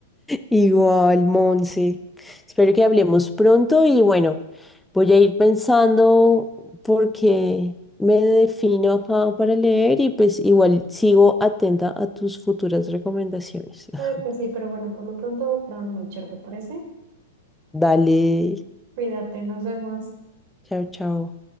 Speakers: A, in the centre; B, on the right.
A: Igual, Monse. Espero que hablemos pronto y bueno, voy a ir pensando porque me defino acá para leer y pues igual sigo atenta a tus futuras recomendaciones.
B: Claro
A: <laughs>
B: que sí, pero bueno, por lo pronto, Fernanda Melchor, ¿te parece?
A: Dale,
B: Cuídate, nos vemos.
A: chao, chao.